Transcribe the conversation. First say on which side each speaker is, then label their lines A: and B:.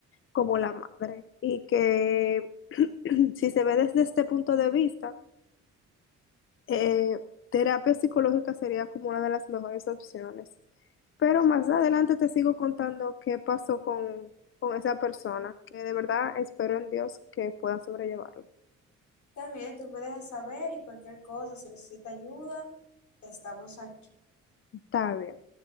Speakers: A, on the left (about 45°); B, on the left (about 70°).
A: como la madre y que <clears throat> si se ve desde este punto de vista, eh, terapia psicológica sería como una de las mejores opciones. Pero más adelante te sigo contando qué pasó con, con esa persona, que de verdad espero en Dios que pueda sobrellevarlo.
B: También tú me dejas saber y cualquier cosa, si necesita ayuda, estamos aquí.
A: Está bien.